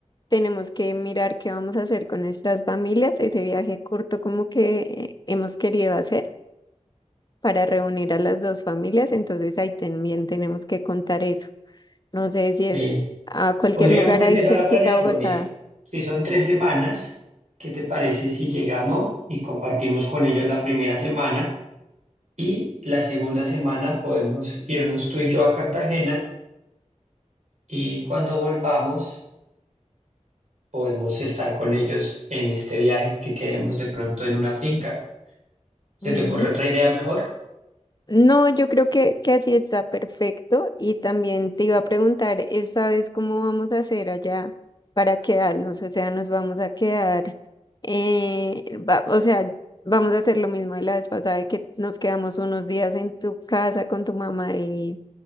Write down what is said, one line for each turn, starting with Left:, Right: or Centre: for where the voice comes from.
Left: tenemos que mirar qué vamos a hacer con nuestras familias, ese viaje corto como que eh, hemos querido hacer para reunir a las dos familias, entonces ahí también tenemos que contar eso. No sé si
Right: Sí.
Left: es a cualquier
Right: Podríamos
Left: lugar
Right: empezar
Left: ahí cerquita
Right: a planearlo,
Left: a Bogotá.
Right: mira. Si son tres semanas, ¿qué te parece si llegamos y compartimos con ellos la primera semana? Y la segunda semana podemos irnos tú y yo a Cartagena y cuando volvamos podemos estar con ellos en este viaje que queremos de pronto en una finca. ¿Se
Left: mm,
Right: te ocurre otra idea mejor?
Left: No, yo creo que, que así está perfecto. Y también te iba a preguntar, ¿esta vez cómo vamos a hacer allá para quedarnos? O sea, nos vamos a quedar, eh, va- o sea, vamos a hacer lo mismo de la vez pasada, de que nos quedamos unos días en tu casa con tu mamá y,